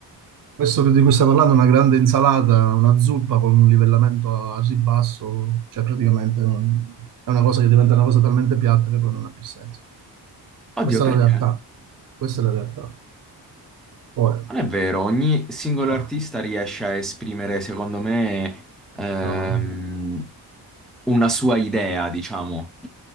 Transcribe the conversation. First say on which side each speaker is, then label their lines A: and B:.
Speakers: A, on the right; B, in the centre.
A: Questo che- di cui stai parlando è una grande insalata, una zuppa con un livellamento a ribasso, cioè praticamente non- è una cosa che diventa una cosa talmente piatta che poi non ha più senso.
B: Oddio,
A: Questa
B: perché?
A: è la realtà.
B: Non
A: Questa è la realtà. Poi,
B: è vero, ogni singolo
A: eh,
B: artista riesce a esprimere, secondo me, ehm,
A: No, no.
B: una sua idea, diciamo.